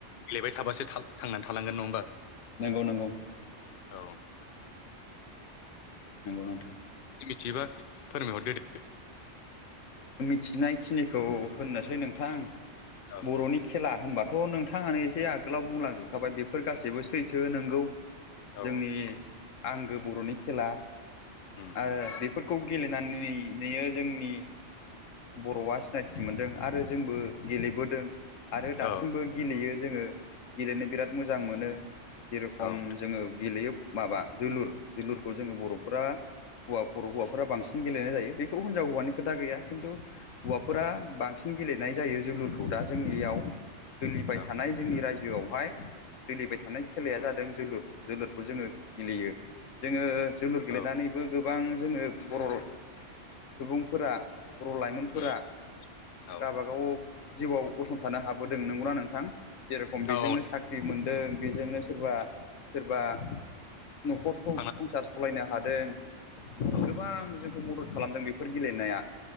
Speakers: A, on the left; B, on the left.
A: गेलेबाय थाबासो थांनानै थालांगोन नङा होमबा
B: नंगौ नंगौ
A: औ
B: नंगौ नोंथां
A: मिथिबा फोरमायहरदो दे
B: सिनायखिनिखौ होननोसै नोंथां
A: औ
B: बर'नि खेला होनबा थ' नोंथाङानो एसे आगोलाव बुंलांजोबखाबाय बेफोर गासैबो सैथो नोंगौ
A: औ
B: जोंनि आंगो बर'नि खेला
A: उम
B: आरो
A: उम
B: बेफोर खौ गेलेनानै जोंनि बर'आ सिनायथि मोनदों आरो जोंबो गेलेबोदों आरो दासिमबो
A: औ
B: गेलेयो जोङो गेलेनो बिराद मोजां मोनो जेरेखम
A: औ उम
B: जोङो गेलेयो माबा जोलुर जोलुरखौ जोङो बर'फोरा हौवा बर' हौवाफोरा बांसिन गेलेनाय जायो। थ' हिनजाव हौवानि खोथा गैया खिन्थु हौवाफोरा बांसिन गेलेनाय जायो जोलुरखौ दा जोंनियाव सोलिबाय
A: औ
B: थानाय जोंनि रायजोआवहाय सोलिबाय थानाय खेलाया
A: उम
B: जादों
A: उम
B: जोलुर जोलुरखौ जोङो गेलेयो जोङो जोलुर गेलेनानैबो
A: औ
B: गोबां जोङो बर' सुबुंफोरा बर' लाइमोनफोरा
A: उम औ
B: गावाबागाव जिउआव गसंथानो हाबोदों नंगौना नोंथां जेरेखम बेजोंनो
A: औ औ
B: साख्रि मोन दों बेजोंनो सोरबा सोरबा न'खर संसार
A: थांना
B: सालायनो हादों
A: औ
B: गोबां जोंखौ मदद खालामदों बे फोर गेलेनाया